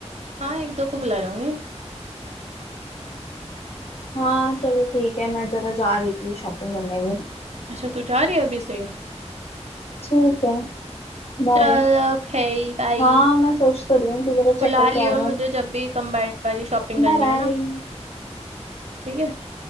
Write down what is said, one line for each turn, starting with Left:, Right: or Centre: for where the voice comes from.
Right: हाँ एक दो को बुला लूंगी
Left: हाँ चलो ठीक है मैं जरा जा रही थी शॉपिंग करने भी
Right: अच्छा तू जा रही है अभी से
Left: ठीक है बाय
Right: चलो ओके बाय
Left: हाँ मैं सोच तो रही हूँ कि जरा
Right: बुला
Left: चेक करके
Right: लियो
Left: आ जाऊँ
Right: मुझे जब भी कंबाइंड वाली शॉपिंग करनी
Left: Bye bye
Right: हो ना ठीक है